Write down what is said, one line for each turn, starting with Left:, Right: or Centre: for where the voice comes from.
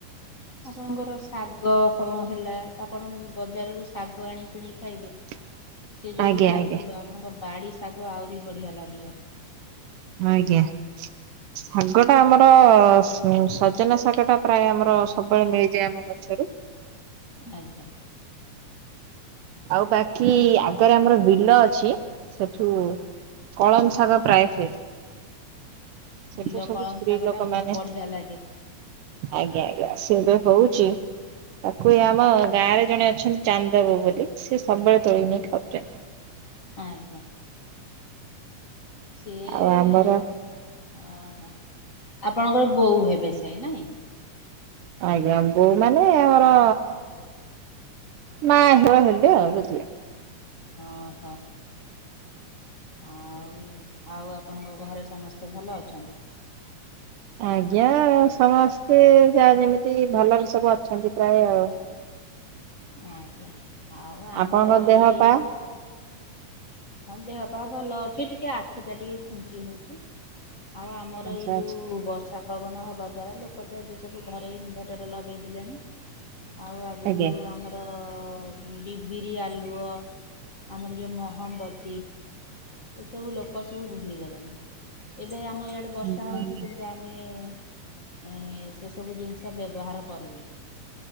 Left: ଆପଣଙ୍କର ଶାଗ କଣ ହେଲା ଆପଣ ବଜାରରୁ ଶାଗ ଆଣି କିଣିକି ଖାଇବେ
Right: <inaudible>
Left: ସେ ଯୋଉ ଭଳି ଲାଗିବ
Right: ଆଜ୍ଞା
Left: ଆପଣଙ୍କ ବାଡି ଶାଗ ଆହୁରି ବଢିଆ ଲାଗିବ
Right: ଆଜ୍ଞା ଶାଗ ଟା ଆମର ସ ସଜନା ଶାଗ ଟା ପ୍ରାୟ ଆମର ସବୁବେଳେ ମିଳିଯାଏ ଆମ ଗଛରୁ
Left: ଆଜ୍ଞା
Right: ଆଉ ବାକି ଆଗରେ ଆମର ବିଲ ଅଛି ସେଠୁ କଳନ ଶାଗ ପ୍ରାୟ ସେ ସେଠୁ
Left: ବିଲ
Right: ସବୁ
Left: କଳମ
Right: ସ୍ତ୍ରୀ
Left: ଶାଗ
Right: ଲୋକ
Left: ଟା ବହୁତ
Right: ମାନେ
Left: ବଢିଆ ଲାଗେ
Right: ଆଜ୍ଞା ଆଜ୍ଞା ସେ ଏବେ ହଉଛି ତାକୁ ଏ ଆମ ଗାଁ ରେ ଜଣେ ଅଛନ୍ତି ଚାନ୍ଦ ବୋଉ ବୋଲି ସି ସବୁବେଳେ ତୋଳି ନେଇି ଖାଉଛନ୍ତି
Left: ଆଜ୍ଞା ସିଏ
Right: ଆଉ
Left: ଅହୋ
Right: ଆମର
Left: ଆପଣଙ୍କର ବୋଉ ହେବେ ସେଇ ନାଇଁ
Right: ଆଜ୍ଞା ବୋଉ ମାନେ ଆମର ମା ଝିଅ ହେଲେ ଆଉ ବୁଝିବେ।
Left: ହଁ ହଁ ଆଉ ସବୁ ଆଉ ଆପଣଙ୍କ ଘରେ ସମସ୍ତେ ଭଲ ଅଛନ୍ତି।
Right: ଆଜ୍ଞା ସମସ୍ତେ ଯାହା ଯେମିତି ଭଲରେ ସବୁ ଅଛନ୍ତି ପ୍ରାୟ ଆଉ।
Left: ଆଜ୍ଞା ଆଉ ଆମର
Right: ଆପଣଙ୍କ ଦେହ
Left: ଏଇ
Right: ପା
Left: ହଁ ଦେହ ପାହା ଭଲ ଅଛି ଟିକେ ଆଖି ଟା ଟିକେ ଖୁଞ୍ଚି ହଉଛି। ଆଉ ଆମର
Right: ଆଚ୍ଛା
Left: ଏଇ ଯୋଉ
Right: ଆଚ୍ଛା
Left: ବର୍ଷ ତାପବନ ହବା ଦ୍ଵାରା ଲୋକ ତ ଏବେ ସବୁ ଘରେ ଇନଭର୍ଟର ଲଗେଇ ଦେଲେଣି। ଆଉ ଆଗରୁ
Right: ଆଜ୍ଞା
Left: ଆମ ତ ବିବିରି ଆଲୁଅ, ଆମର ଯେଉଁ ମହମବତୀ ତୀ ଏ ସବୁ ଲୋକ ସବୁ ଭୁଲିଗଲେଣି ଏବେ ଆମ ଇଆଡେ ବର୍ଷା
Right: ଆଜ୍ଞା
Left: ହଉଛି
Right: ଆଜ୍ଞା।
Left: କିନ୍ତୁ ଆମେ ଏ ସେ ସବୁ ଜିନିଷ ବ୍ୟବହାର କରୁନୁ।